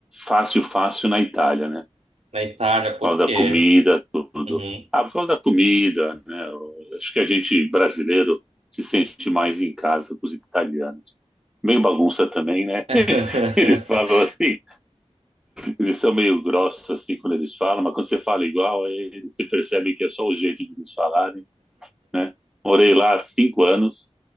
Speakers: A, in the centre; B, on the right.
A: fácil, fácil na Itália, né?
B: na Itália?
A: por
B: Por
A: causa
B: quê?
A: da comida, tudo.
B: Uhum.
A: Ah, por causa da comida, né? Eu Acho que a gente brasileiro se sente mais em casa com os italianos. Meio bagunça também, né?
B: <laughs>
A: <laughs> Eles falam assim, eles são meio grossos assim quando eles falam, mas quando você fala igual, aí você percebe que é só o jeito de eles falarem, né? Morei lá há cinco anos,